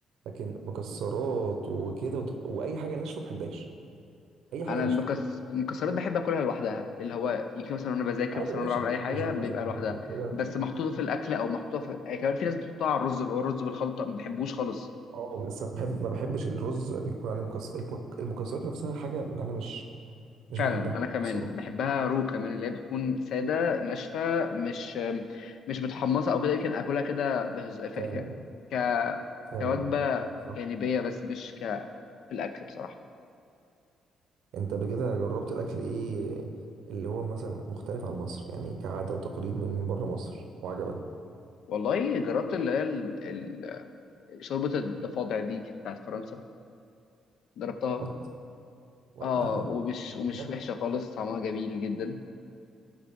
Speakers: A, on the right; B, on the left.
A: لكن مكسرات وكده وت... واي حاجه ناشفه ما بحبهاش اي حاجه
B: انا
A: ناشفه
B: المكس... المكسرات بحب اكلها لوحدها اللي هو يجي مثلا وانا بذاكر
A: ايوه
B: مثلا
A: ماشي
B: وانا بعمل اي حاجه
A: كاجو
B: بيبقى
A: مثلا
B: لوحدها
A: او كده
B: بس محطوطه في الاكل او محطوطه في يعني كمان في ناس بتحطها على الرز اللي هو الرز بالخلطه ما بحبوش خالص
A: اه بس انا بحب ما بحبش الرز بيكون عليه مكسر المك- المكسرات نفسها حاجه انا مش مش
B: فعلا
A: بحبها
B: انا كمان
A: بصراحة
B: بحبها رو كمان اللي هي بتكون ساده ناشفه مش مش متحمصه او كده يمكن اكلها كده بهز... ف-
A: فعلا
B: ك
A: فعلا
B: كوجبه
A: صح
B: جانبيه بس مش ك في الاكل بصراحه
A: انت بكده جربت الاكل ايه اللي هو مثلا مختلف عن مصر يعني كعادة وتقاليد من بره مصر وعجبك
B: والله جربت اللي هي ال- ال- شوربه الضفادع دي بتاعت فرنسا جربتها
A: وات لا
B: اه
A: لا
B: ومش
A: بجد
B: ومش وحشه خالص طعمها جميل جدا